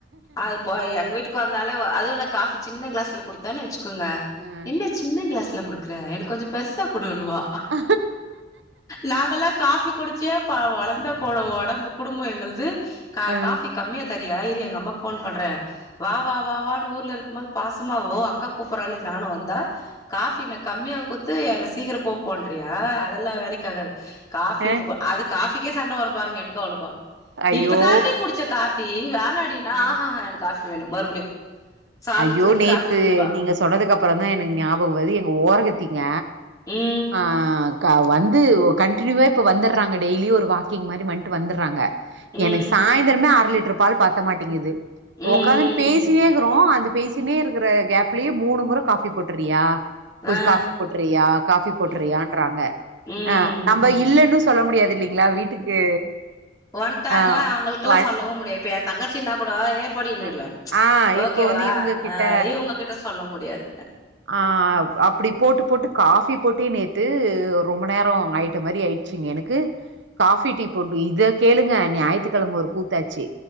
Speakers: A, on the left (about 20°); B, on the right (about 75°).
A: அது போ எங்க வீட்டுக்கு வந்தாலே அதுவு நா காஃபி சின்ன கிளாஸ்ல குடுத்தேனு வெச்சுக்கோங்க
B: அ
A: என்ன சின்ன கிளாஸ்ல குடுக்குற எனக்கு கொஞ்சோ பெர்சா குடுணுவா
B: அ
A: நாங்கல்லா காஃபி குடிச்சியே ப வளந்த கொ ஒடம்பு குடும்போ எங்கள்து கா
B: அ
A: காஃபி கம்மியா தரியா இரு எங்க அம்மாக் ஃபோன் பண்ற வா வா வா வானு ஊர்ல இருக்கும் போது பாசமா ஓ அக்கா கூப்புறாளே நானு வந்தா காஃபினா கம்மியா குத்து என்ன சீக்கிர போ போண்றியா அதெல்லா வேலைக்காகாது காஃபி
B: அ
A: அது காஃபிக்கே சண்ட வரு பாருங்க எனக்கோ அவளுக்கோ
B: ஐயோ
A: இப்பதாண்டி குடிச்ச காஃபி வேணாடினா
B: ஆ.
A: ஆஹாஹா எனக்கு காஃபி வேணோ மறுபடியு சாந்தரத்துல
B: ஐயோ நேத்து
A: காஃபி குடிப்பா
B: நீங்க சொன்னதுக்கப்பறந்தா எனக்கு ஞாபகோ வருது எங்க ஓரகத்தீங்க
A: ம்
B: ஆ கா வந்து ஒ கண்ட்டினியூவா இப்போ வந்தர்றாங்க டெய்லியு ஒரு வாக்கிங் மாரி வந்ட்டு வந்தர்றாங்க
A: ம்
B: எனக்கு சாய்ந்தரமே அர லிட்டரு பால் பத்த மாட்டிகிது
A: ம்
B: ஒக்காந்துனு
A: ம்
B: பேசினே இக்றோ அந் பேசினே இருக்கிற கேப்லியே மூணு மொற காஃபி போட்டுட்றியா புஷ்
A: ஆ
B: காஃபி போட்டுறியா, காஃபி
A: ஆ
B: போட்டுறியான்றாங்க
A: ம்
B: அ நம்ப இல்லன்னு சொல்ல முடியாது இல்லிங்ளா வீட்டுக்கு
A: வந்ட்டாங்க
B: ஆ
A: அவுங்களுக்லா
B: வ-
A: சொல்லவு முடியாது இப்ப எந் தங்கச்சினா கூட ஏ போடின்னுடுவ
B: அ ஆ
A: ஓகேவா
B: இப்போ வந்து இவுங்க கிட்ட
A: அ இவுங்ககிட்ட சொல்ல முடியாது
B: ஆ அ அப்டி போட்டு போட்டு காஃபி போட்டே நேத்து ரொம்ப நேர ஆயிட்ட மாரி ஆய்டுச்சிங்க எனக்கு காஃபி, டீ போட்டு இத கேளுங்க ஞாயித்துக்கெழம ஒரு கூத்தாச்சி,